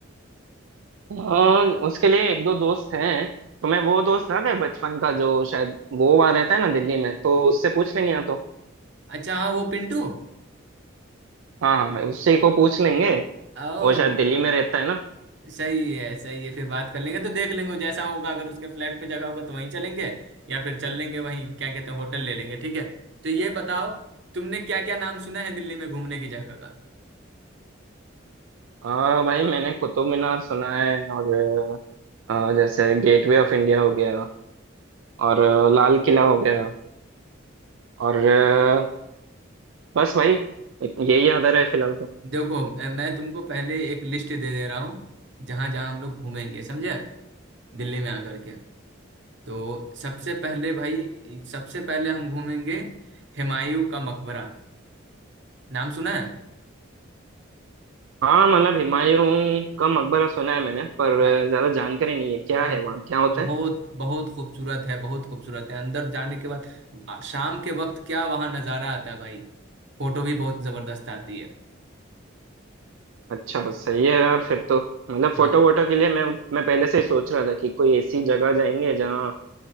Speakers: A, on the right; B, on the right.
A: आ, उसके लिए एक दो दोस्त हैं तुम्हें वो दोस्त याद है बचपन का जो शायद वो वहां रहता है ना दिल्ली में तो उससे पूछ लेंगे या तो
B: अच्छा हाँ वो पिंटू
A: हाँ हाँ उसी को पूछ लेंगे
B: ओ
A: वो शायद दिल्ली में रहता है ना
B: सही है सही है फिर बात कर लेंगे तो देख लेंगे वो जैसा होगा अगर उसके फ्लैट पे जगह होगा तो वहीं चलेंगे या फिर चल लेंगे वहीं क्या कहते हैं होटल ले लेंगे ठीक है तो ये बताओ तुमने क्या क्या नाम सुना है दिल्ली में घूमने की जगह का
A: आ, भाई मैंने कुतुब मीनार सुना है और आ, जैसे गेटवे ऑफ इंडिया हो गया और आ, लाल किला हो गया और आ, बस भाई यही याद आ रहा है फिलहाल तो
B: देखो अ, मैं तुमको पहले एक लिस्ट दे दे रहा हूँ जहां जहां हम लोग घूमेंगे समझे दिल्ली में आकर के तो सबसे पहले भाई सबसे पहले हम घूमेंगे हुमायूं का मकबरा नाम सुना है
A: हाँ मतलब हुमायूं का मकबरा सुना है मैंने पर
B: हाँ
A: आ, ज्यादा जानकारी नहीं है क्या
B: हाँ,
A: है वहाँ क्या होता
B: बहुत
A: है
B: बहुत खूबसूरत है बहुत खूबसूरत है अंदर जाने के बाद आ, शाम के वक्त क्या वहां नजारा आता है भाई फोटो भी बहुत जबरदस्त आती है
A: अच्छा सही है यार फिर तो मतलब फोटो
B: हाँ
A: वोटो के लिए मैं मैं पहले से ही सोच रहा था कि कोई ऐसी जगह जाएंगे जहाँ